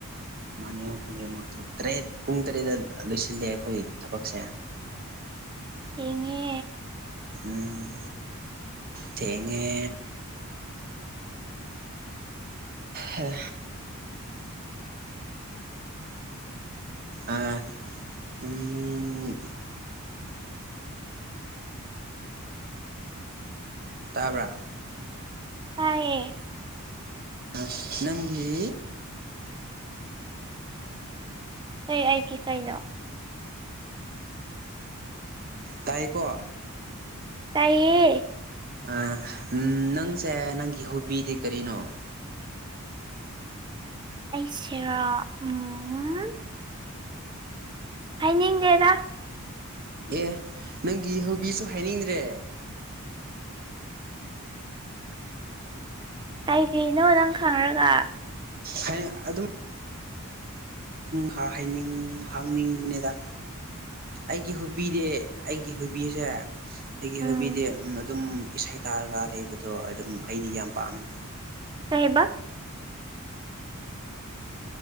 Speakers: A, on the right (about 40°); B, on the right (about 20°).
A: ꯑꯃ ꯑꯅꯤ ꯑꯍꯨꯝ ꯃꯔꯤ ꯃꯉꯥ ꯇꯔꯨꯛ ꯇꯔꯦꯠ ꯄꯨꯡ ꯇꯔꯦꯠꯠꯇ ꯂꯣꯏꯁꯤꯜꯂꯦ ꯑꯩꯈꯣꯏ ꯊꯕꯛꯁꯦ
B: ꯊꯦꯡꯉꯦ
A: ꯎꯝ ꯊꯦꯡꯉꯦ ꯍꯦ ꯑꯥ ꯎꯝ ꯇꯕ꯭ꯔꯥ
B: ꯇꯥꯏꯌꯦ
A: ꯑꯥ ꯅꯪꯒꯤ
B: ꯀꯩ ꯑꯩꯒꯤ ꯀꯩꯅꯣ
A: ꯇꯥꯏꯀꯣ
B: ꯇꯥꯏꯌꯦ
A: ꯑꯥ ꯅꯪꯁꯦ ꯅꯪꯒꯤ ꯍꯣꯕꯤꯗꯤ ꯀꯔꯤꯅꯣ
B: ꯑꯩꯁꯤꯔꯣ ꯎꯝ ꯍꯥꯏꯅꯤꯡꯗꯦꯗ
A: ꯑꯦ ꯅꯪꯒꯤ ꯍꯧꯕꯤꯁꯨ ꯍꯥꯏꯅꯤꯡꯗ꯭ꯔꯦ
B: ꯀꯩꯀꯤꯅꯣ ꯅꯪ ꯈꯪꯔꯒ
A: ꯍꯥꯏ ꯑꯗꯨꯝ ꯈꯪꯅꯤꯡ ꯍꯩꯅꯤꯡ ꯍꯥꯡꯅꯤꯡꯕꯅꯦꯗ ꯑꯩꯒꯤ ꯍꯣꯕꯤꯗꯤ ꯑꯩꯒꯤ ꯍꯣꯕꯤꯁꯦ ꯑꯩꯒꯤ
B: ꯎꯝ
A: ꯍꯣꯕꯤꯗꯤ ꯑꯗꯨꯝ ꯏꯁꯩ ꯇꯥꯔꯒ ꯂꯩꯕꯗꯣ ꯑꯗꯨꯝ ꯑꯩꯗꯤ ꯌꯥꯝ ꯄꯥꯝꯃꯦ
B: ꯀꯩꯕ